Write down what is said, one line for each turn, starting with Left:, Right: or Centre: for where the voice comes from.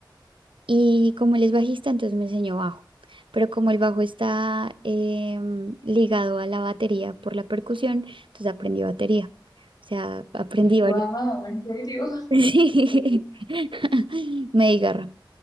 Right: y como él es bajista, entonces me enseñó bajo. Pero como el bajo está em, ligado a la batería por la percusión, entonces aprendí batería. O sea, aprendí
Left: Wow,
Right: varias. <laughs>
Left: ¿en serio?
Right: Sí. <laughs> Me di garra,